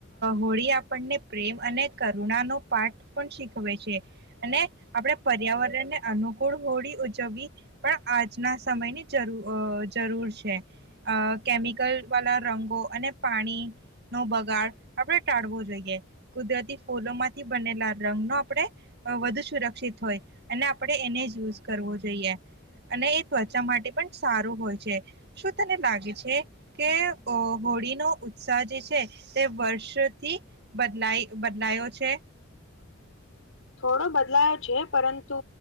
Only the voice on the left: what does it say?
હુ થોડો બદલાયો છે, પરંતુ